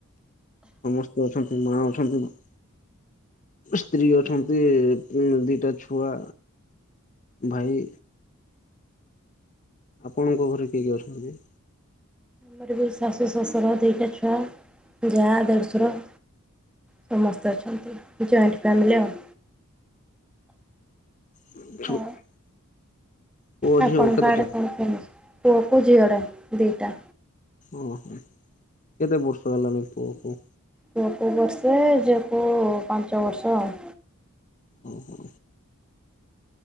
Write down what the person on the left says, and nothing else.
ସମସ୍ତେ ଅଛନ୍ତି ମା ଅଛନ୍ତି ଭା ସ୍ତ୍ରୀ ଅଛନ୍ତି ଦିଟା ଛୁଆ। ଭାଇ। ଆପଣଙ୍କ ଘରେ କିଏ କିଏ ଅଛନ୍ତି?
<unintelligible>
ପୁଅ
ଝିଅ କେତେଟା
ଓହୋ କେତେ ବର୍ଷ ହେଲାଣି ପୁଅକୁ?
ଓହୋ।